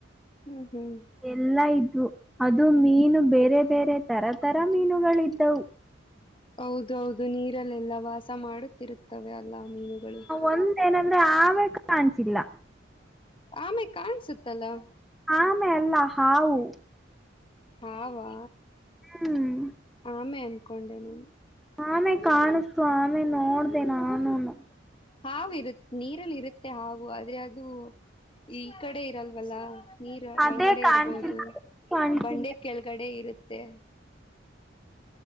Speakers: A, on the left; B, in the centre.
A: ಹ್ಮ್ ಹ್ಮ್
B: ಎಲ್ಲಾ ಇದ್ವು. ಅದು ಮೀನು ಬೇರೆ ಬೇರೆ ತರ ತರ ಮೀನುಗಳು ಇದ್ದವು.
A: ಹೌದು ಹೌದು ನೀರಲ್ಲೆಲ್ಲ ವಾಸ ಮಾಡುತ್ತಿರುತ್ತವೆ ಅಲ್ಲಾ ಮೀನುಗಳು.
B: ಒಂದೇಏನಂದ್ರೆ ಆಮೆ ಕಾಣಿಸಿಲ್ಲ.
A: <unintelligible> ಆಮೆ ಕಾಣ್ಸುತ್ತಲ್ಲ.
B: ಆಮೇ ಅಲ್ಲ ಹಾವು.
A: ಹಾವಾ
B: ಹ್ಮ್
A: ಆಮೇ ಅನ್ಕೊಂಡೆ ನಾನು.
B: ಆಮೆ ಕಾಣಿಸ್ತು ಆಮೆ ನೋಡ್ದ ನಾನುನು.
A: ಹಾವು ಇರುತ್ ನೀರಲ್ಲಿ ಇರುತ್ತೆ ಹಾವು ಆದ್ರೆ ಅದು. ಈ ಕಡೆ ಇರಲ್ವಲ್ಲ ನೀರ್
B: ಅದೇ
A: ಒಳಗಡೆ
B: ಕಾಣ್ಸಿಲ್ಲ
A: ಇರ್ಬೋದು
B: ಕಾಣ್ಸಿಲ್ಲ
A: ಬಂಡೆ ಕೆಳಗಡೆ ಇರುತ್ತೆ.